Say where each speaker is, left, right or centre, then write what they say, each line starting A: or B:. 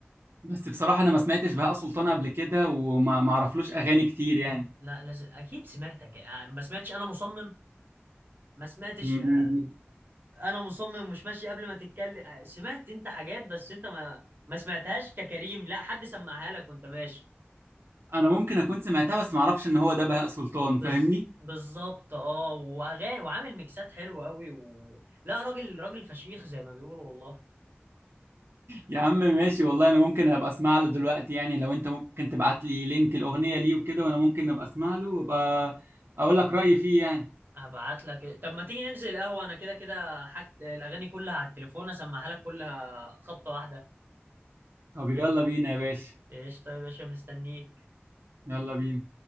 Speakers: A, on the right; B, on the right.
A: بس بصراحة أنا ما سمعتش بهاء سلطان قبل كده وما ما اعرفلوش أغاني كتير يعني
B: لا لازم اكيد سمعتك آه، ما سمعتش انا مصمم ما سمعتش
A: امم
B: آه، انا مصمم مش ماشي قبل ما تتكلم آه، سمعت انت حاجات بس انت ما ما سمعتهاش ككريم لا حد سمعها لك وانت ماشي
A: أنا ممكن أكون سمعتها بس ما اعرفش إن هو ده بهاء سلطان
B: بز...
A: فاهمني
B: بالظبط اه واغاني وعامل ميكسات حلوه قوي و... لا راجل راجل فشيخ زي ما بيقولوا والله
A: يا عم ماشي والله أنا ممكن أبقى أسمع له دلوقتي يعني لو أنت ممكن تبعت لي لينك الأغنية ليه وكده وأنا ممكن أبقى أسمع له وأبقى أقول لك رأيي فيه يعني
B: هبعت لك طب ما تيجي ننزل قهوه انا كده كده حاجت الاغاني كلها على التليفون اسمعها لك كلها خبطه واحده
A: طب يلا بينا يا باشا
B: ايش طيب يا باشا مستنيك
A: يلا بينا